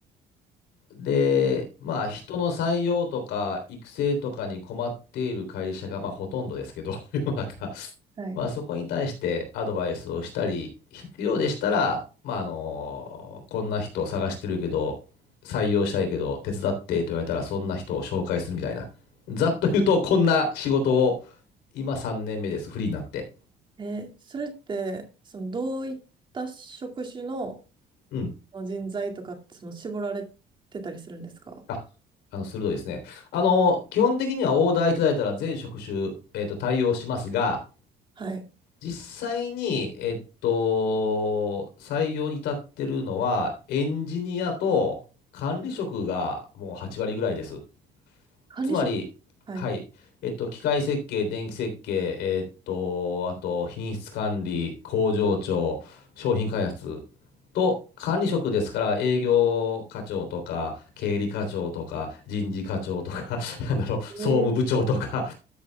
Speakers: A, on the left; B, on the right.
A: で、まあ、人の採用とか育成とかに困っている会社が、まあ、ほとんどですけど、<laughs> 世の中。
B: はい。
A: まあ、そこに対してアドバイスをしたり、必要でしたら、まあ、あの、こんな人を探してるけど、採用したいけど、手伝ってと言われたら、そんな人を紹介するみたいな。ざっと言うと、こんな仕事を、今3年目です、フリーになって。
B: えー、それって、その、どういった職種の
A: うん。
B: 人材とかって、その、絞られてたりするんですか
A: あ、あの、鋭いですね。あの、基本的にはオーダーいただいたら全職種、えっと、対応しますが、
B: はい。
A: 実際に、えっと、採用に至ってるのは、エンジニアと管理職がもう8割ぐらいです。
B: 管理職。
A: つまり、
B: はい。
A: はい、えっと、機械設計、電気設計、えっと、あと、品質管理、工場長、商品開発と、管理職ですから、営業課長とか、経理課長とか、人事課長とか、<laughs> なんだろう、総務部長とか、
B: えー